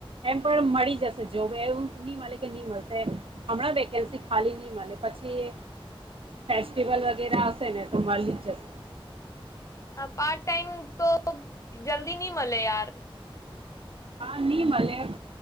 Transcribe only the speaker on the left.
પાર્ટ ટાઈમ તો જલ્દીની મલે યાર